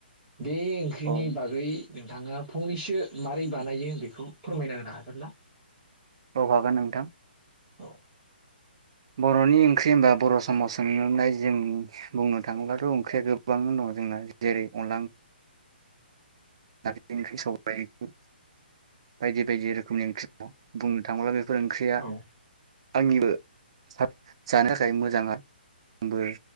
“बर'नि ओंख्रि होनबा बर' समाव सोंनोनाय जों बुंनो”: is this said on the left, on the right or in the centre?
Right